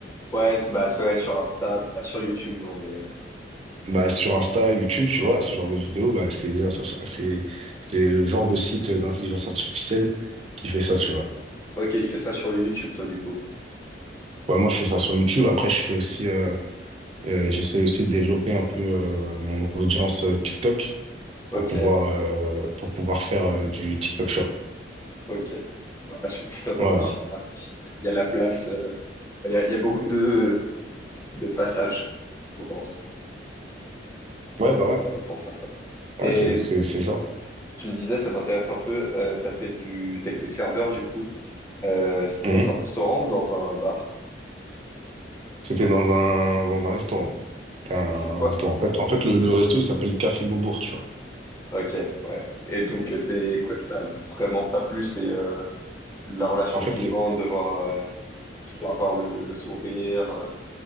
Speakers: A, on the left (about 15°); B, on the right (about 35°).
A: Ouais, c'est- bah c'est- ouais, sur Insta, pas sur YouTube, non, mais. euh,
B: Bah, sur Insta, YouTube, tu vois, ce genre de vidéo, bah, c'est, c'est, c'est le genre de site d'intelligence artificielle qui fait ça, tu vois.
A: Ok, tu fais ça sur YouTube, toi, du coup.
B: Ouais, moi, je fais ça sur YouTube. Après, je fais aussi, euh, euh, j'essaie aussi de développer un peu euh, mon audience euh, TikTok
A: Ok,
B: pour pouvoir, euh, pour pouvoir faire euh, du TikTok Shop.
A: ok. Ouais, Bah, sur TikTok,
B: Voilà.
A: en plus, il y a il y a la place. euh, Il y a, il y a beaucoup de, de passages, je pense,
B: Ouais, bah ouais.
A: pour, euh, pour faire ça.
B: Ouais,
A: Et
B: c'est, c'est, c'est ça.
A: Tu me disais, ça m'intéresse un peu, euh, t'as fait du... t'as été serveur du coup. Euh, c'était
B: Mhm.
A: dans un restaurant ou dans un bar?
B: C'était dans un, dans un restaurant. C'était un
A: Et c'est quoi?
B: restaurant. En fait, en fait, le, le resto, il s'appelle Café Beaubourg, tu vois.
A: Ok, ouais. Et donc, euh, c'est quoi que t'as vraiment pas plu? C'est euh, la relation
B: En fait,
A: client,
B: c'est,
A: devoir euh, toujours avoir le, le sourire. euh.